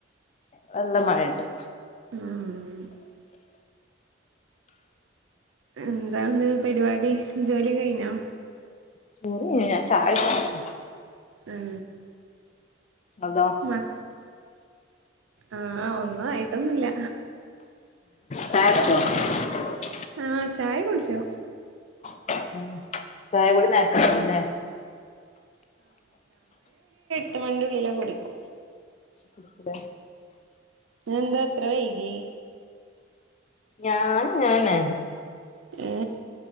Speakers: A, on the left (about 35°); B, on the right (about 80°).
A: നല്ല മഴയിണ്ട്.
B: മ്മ്. എന്താണ്ട് പരിപാടി ജോലി കഴിഞ്ഞോ?
A: ചൂടു കൂടുതലാ ചായക്കടുപ്പാ.
B: ഉം
A: അതോ
B: മ ആഹ് ഒന്നും ആയിട്ടൊന്നുല്ല
A: ചായ കുട്ച്ചോ?
B: ആഹ് ചായ കുടിച്ചാ
A: ആഹ് ചായ കൂടി നേരത്തേ കഴിഞ്ഞല്ലേ?
B: ചൂടുണ്ടകിലേ കുടിക്കു.
A: കുടിക്കെട
B: ന്നെന്താത്ര വൈകിയേ?
A: ഞാൻ വേണേ
B: ഏ